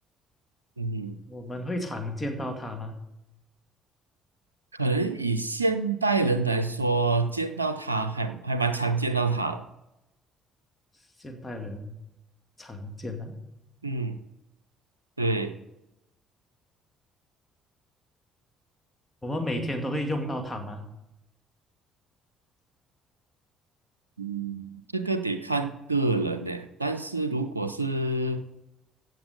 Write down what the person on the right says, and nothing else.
嗯
可能以现代人来说，见到他还还蛮常见到他的。
嗯，对，
嗯，这个得看个人呢。但是如果是，